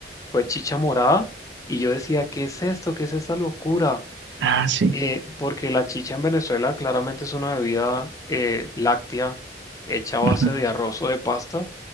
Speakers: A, on the left; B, on the right.
A: fue chicha morada y yo decía, ¿qué es esto? ¿Qué es esta locura?
B: Ah, sí.
A: Eh, porque la chicha en Venezuela claramente es una bebida eh, láctea hecha a base
B: Ujú,
A: de arroz o de pasta.